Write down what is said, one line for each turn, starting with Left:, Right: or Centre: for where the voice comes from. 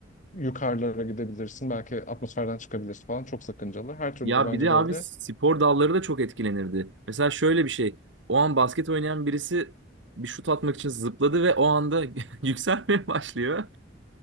Left: yukarılara gidebilirsin. Belki atmosferden çıkabilirsin falan. Çok sakıncalı. Her türlü
Right: Ya
Left: bence
Right: bir de
Left: böyle.
Right: abi spor dalları da çok etkilenirdi. Mesela şöyle bir şey. O an basket oynayan birisi bir şut atmak için zıpladı ve o anda <laughs> yükselmeye başlıyor.